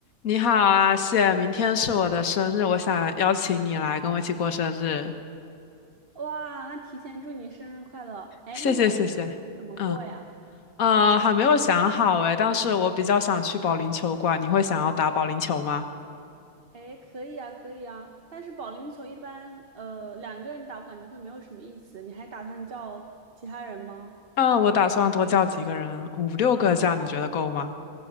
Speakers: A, on the left; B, on the right.
A: 你好啊，谢，明天是我的生日，我想邀请你来跟我一起过生日，
B: 哇，那提前祝你生日快乐！哎，
A: 谢谢谢谢。
B: 那你打算怎么过呀？
A: 嗯嗯，呃还没有想好诶，但是我比较想去保龄球馆，你会想要打保龄球吗？
B: 哎，可以啊，可以啊。但是保龄球一般，呃，两个人打我感觉会没有什么意思。你还打算叫其他人吗？
A: 嗯，我打算多叫几个人，五六个这样，你觉得够吗？